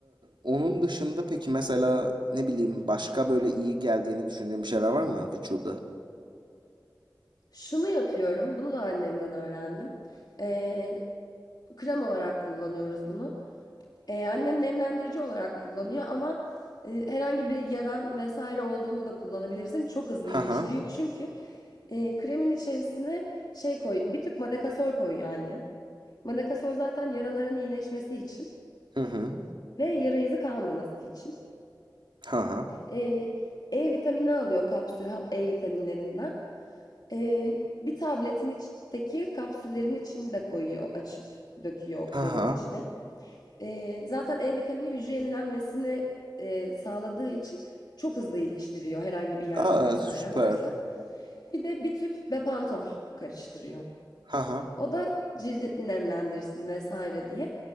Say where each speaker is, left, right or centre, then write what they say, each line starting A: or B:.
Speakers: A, on the right; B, on the left.
A: onun dışında peki mesela ne bileyim başka böyle iyi geldiğini düşündüğün bir şeyler var mı vücuda?
B: Şunu yapıyorum. Bunu da annemden öğrendim. Ee, krem olarak kullanıyoruz bunu. Ee, annem nemlendirici olarak kullanıyor ama e, herhangi bir yaran vesaire olduğunda da kullanabilirsin. Çok hızlı
A: Ha
B: iyileştiriyor.
A: ha.
B: Çünkü e, kremin içerisine şey koy, bir tüp madakasol koyuyor annem. Madakasol zaten yaraların iyileşmesi için
A: Hı hı.
B: ve yara izi kalmaması için.
A: Ha ha.
B: Eee, E vitamini alıyor kapsül hap E vitaminlerinden. Eee, bir tabletin içteki kapsüllerin içini de koyuyor açıp döküyor o kremin
A: Ha ha.
B: içine. Eee, zaten E vitamini hücre yenilenmesini eee, sağladığı için çok hızlı iyileştiriyor herhangi bir yaran
A: Aa
B: vesaire
A: süper.
B: varsa. Bir de bir tüp Bepantol karıştırıyor.
A: Ha ha.
B: O da cildi nemlendirsin vesaire diye.